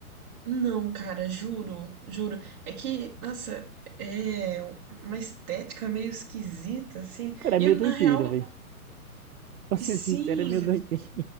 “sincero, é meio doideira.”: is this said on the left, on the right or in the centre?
Right